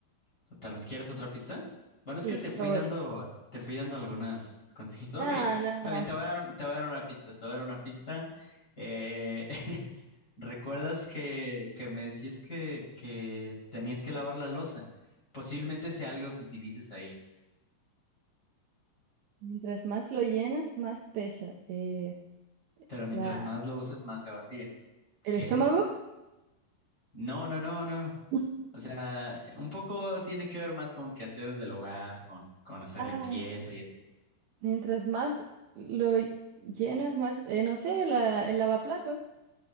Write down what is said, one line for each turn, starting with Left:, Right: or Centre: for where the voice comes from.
Left: Totalmente. ¿Quieres otra pista? Bueno, es
Right: Sí,
Left: que te
Right: por
Left: fui
Right: favor.
Left: dando, te fui dando algunas consejitos.
Right: No,
Left: Ok, está
Right: no.
Left: bien, te voy a dar, un- te voy a dar una pista, te voy a dar una pista. Eh, <laughs> ¿recuerdas que, que me decías que, que tenías que lavar la losa? Posiblemente sea algo que utilices ahí,
Right: Mientras más lo llenas, más pesa. Eh,
Left: pero mientras
Right: la,
Left: más lo usas, más se vacía.
Right: ¿el
Left: ¿Qué
Right: estómago?
Left: es? No, no, no, no.
Right: <laughs>
Left: O sea, un poco tiene que ver más con quehaceres del hogar, con, con hacer
Right: Ay,
Left: limpieza y así.
Right: mientras más lo llenas, más, eh, no sé, la, el lavaplato.